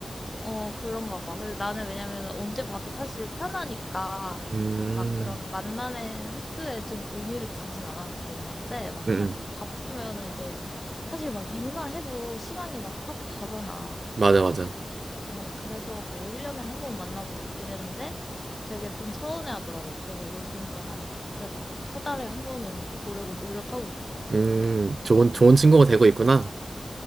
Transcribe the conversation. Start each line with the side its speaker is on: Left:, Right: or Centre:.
Left: 어, 그런가 봐. 근데 나는 왜냐면 언제 봐도 사실 편하니까
Right: 음,
Left: 막 그런 만남의 횟수에 좀 의미를 두진 않았었는데 막 그냥
Right: 음, 음.
Left: 바쁘면은 이제 사실 막 일만 해도 시간이 막 확 가잖아.
Right: 맞아, 맞아.
Left: 어, 그래서 뭐 1년에 한 번 만나고 이랬는데 되게 좀 서운해 하더라고. 그래서 요즘은 한 그래도 세 달에 한 번은 보려고 <laughs> 노력하고 있어.
Right: 음, 좋은, 좋은
Left: 음,
Right: 친구가 되고 있구나.